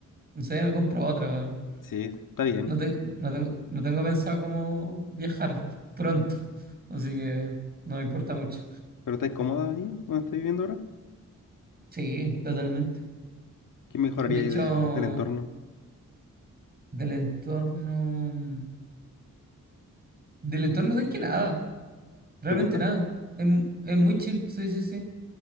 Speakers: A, on the right; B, on the left.
A: no sé, me compro otra, weón.
B: Sí, está bien.
A: No, te- no, tengo- no tengo pensado cómo viajar pronto, así que no me importa mucho.
B: ¿Pero estás cómoda ahí donde estás viviendo ahora?
A: Sí, totalmente.
B: ¿Qué mejoraría
A: De hecho,
B: ahí del, del entorno?
A: del entorno. mm, Del entorno no que nada, realmente
B: ¿Te gusta?
A: nada. Es, mu- es muy chill, sí, sí, sí.